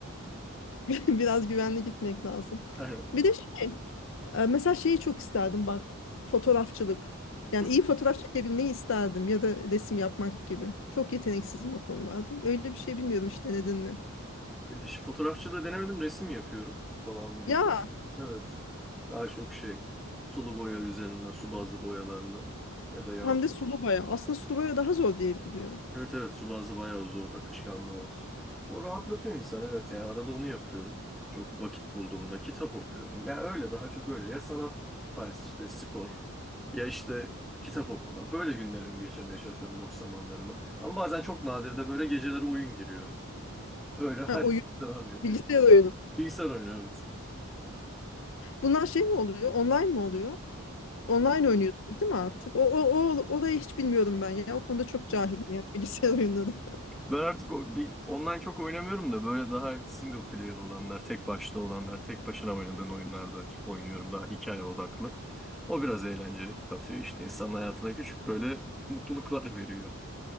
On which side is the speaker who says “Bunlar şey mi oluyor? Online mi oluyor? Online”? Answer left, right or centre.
Left